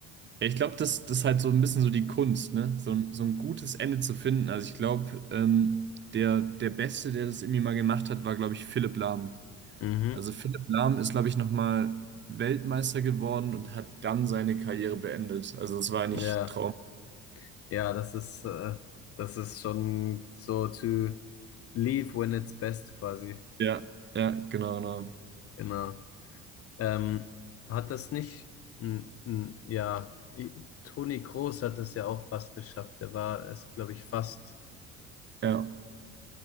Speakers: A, on the right (about 30°); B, on the left (about 35°).
A: Ja, Ich glaube, das, das ist halt so ein bisschen so die Kunst, ne? So, ein- so ein gutes Ende zu finden. Also ich glaube, ähm, der, der Beste, der das irgendwie mal gemacht hat, war, glaube ich, Philipp Lahm.
B: Mhm.
A: Also Philipp Lahm ist, glaube ich, nochmal Weltmeister geworden und hat dann seine Karriere beendet. Also das war eigentlich
B: Ja,
A: Traum.
B: ja, das ist, äh, das ist schon so to leave when it's best quasi.
A: Ja, ja, genau, genau.
B: Genau. Ähm, hat das nicht, m, m, ja, i- Toni Kroos hat das ja auch fast geschafft. Der war es, glaube ich, fast,
A: Ja.